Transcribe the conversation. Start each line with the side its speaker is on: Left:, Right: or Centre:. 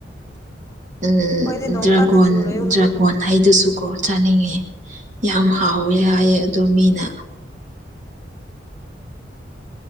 Right: ꯎꯝ
Left: ꯑꯩꯈꯣꯏꯗꯤ ꯅꯣꯡ
Right: ꯗ꯭ꯔꯥꯒꯣꯟ
Left: ꯀꯟꯅ ꯆꯨꯔꯦ ꯍꯧꯖꯤꯛꯃꯨꯛ
Right: ꯗ꯭ꯔꯥꯒꯣꯟ ꯍꯩꯗꯨꯁꯨꯀꯣ ꯆꯥꯅꯤꯡꯉꯦ ꯌꯥꯝ ꯍꯥꯎꯋꯦ ꯍꯥꯏꯌꯦ ꯑꯗꯨ ꯃꯤꯅ